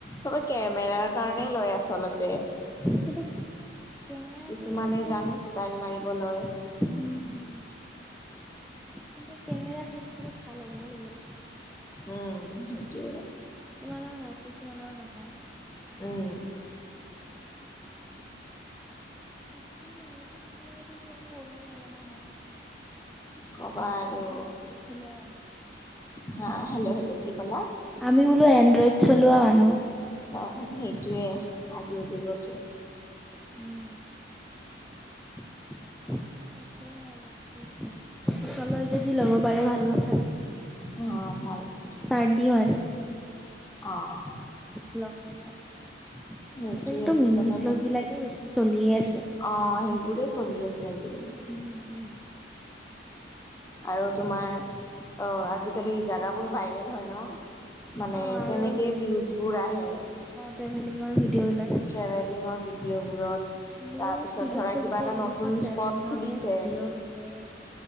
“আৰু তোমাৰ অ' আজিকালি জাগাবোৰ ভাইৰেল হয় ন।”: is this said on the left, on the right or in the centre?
Left